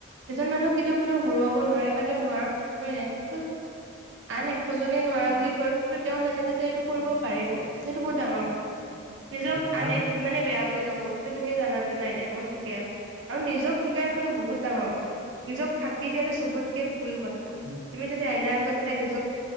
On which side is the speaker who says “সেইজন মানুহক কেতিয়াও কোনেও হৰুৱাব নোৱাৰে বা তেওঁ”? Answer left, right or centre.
Right